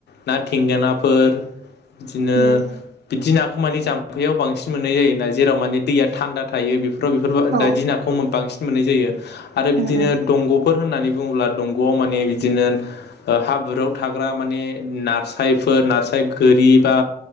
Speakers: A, on the left; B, on the right.
A: ना थेंगोनाफोर बिदिनो।
B: उम
A: दिनाखौ माने जाम्फैायाव बांसिन मोननाय जायोना जेराव माने दैया थान्दा थायो बे। दों बेफोर
B: औ
A: बायदि बांसिन मोननाय जायो आरो बिदिनो
B: उम उम
A: दंग'फोर होननानै। बुङोब्ला दंग'आव माने बिदिनो ओ हाब्रुआव थाग्रा माने नाफिसायफोर नाफस गोरिबा